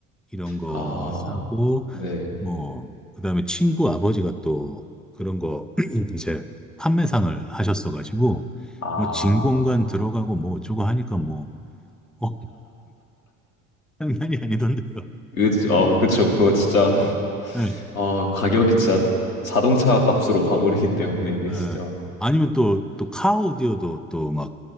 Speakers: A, in the centre; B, on the left.
A: 이런 거
B: 아,
A: 사고
B: 네.
A: 뭐 그다음에 친구 아버지가 또 그런 거 <clears throat> 이제 판매상을 하셨어가지고
B: 아,
A: 뭐 진공관 들어가고 뭐 어쩌고 하니까 뭐 어, 장난이 아니던데요.
B: 그, 어, 그쵸. 그거 진짜,
A: 예, 예, 예.
B: 어, 가격이 진짜 자동차 값으로 가버리기 <laughs> 때문에 이게 진짜.
A: 예. 아니면 또, 또 카오디오도 또 막